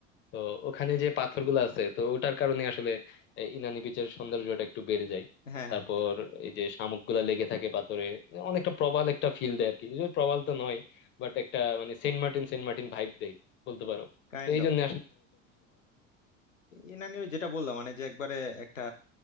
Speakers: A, on the left; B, on the left.
A: তো ওখানে যে পাথরগুলা আসে তো ওটার কারণে আসলে এই ইনানি পিচারের সন্ধারু যোটেক টু বেরে যায়
B: হ্যাঁ
A: তারপর
B: হ্যাঁ
A: এই যে শামুকগুলা লেগে থাকে পাতোরে অনেকটা প্রবাল একটা ফিল দেয় আর কি যদি প্রবাল তো নই বাট একটা মানে সেন্ট মার্টিন সেন্ট মার্টিন ভাইপ দেই বলতে পারো
B: কাইন্ড
A: তো এইজন্য
B: অফ ইনানি যেটা বললাম মানে যে একবারে একটা